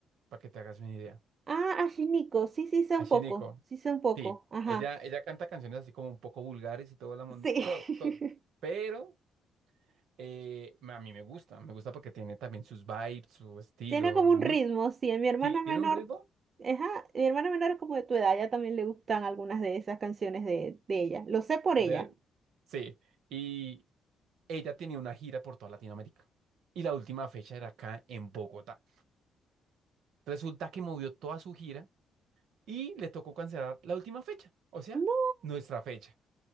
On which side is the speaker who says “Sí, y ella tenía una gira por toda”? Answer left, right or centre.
Right